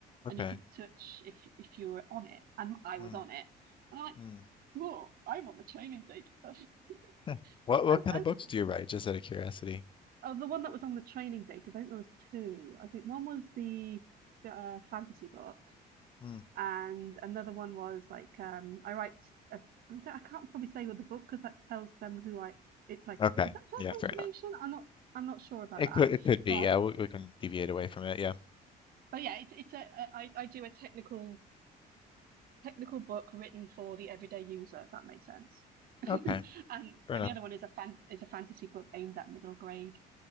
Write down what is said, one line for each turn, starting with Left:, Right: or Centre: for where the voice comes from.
Left: Okay.
Right: and you could touch if if you were on it, and I was
Left: Mm,
Right: on it. And I'm like,
Left: mm.
Right: whoa, I'm on the training data stuff. <laughs>
Left: Huh. What
Right: but
Left: what
Right: I
Left: kind
Right: I
Left: of
Right: wasn't.
Left: books do you write? Just out of curiosity.
Right: Oh, the one that was on the training data, I think there was two. I think one was the uh, fantasy book,
Left: Mm,
Right: and another one was like um, I write. A, I don't, I can't probably say with the book because that tells them who I. It's like
Left: okay.
Right: is that personal
Left: Yeah, fair
Right: information?
Left: enough.
Right: I'm not. I'm not sure about
Left: It
Right: that,
Left: could it could be.
Right: but
Left: Yeah, we, we can deviate away from it. Yeah.
Right: but yeah, it's it's a I I do a technical technical book written for the everyday user, if that makes sense. <laughs>
Left: Okay.
Right: and
Left: Fair
Right: and
Left: enough.
Right: the other one is a fan is a fantasy book aimed at middle grade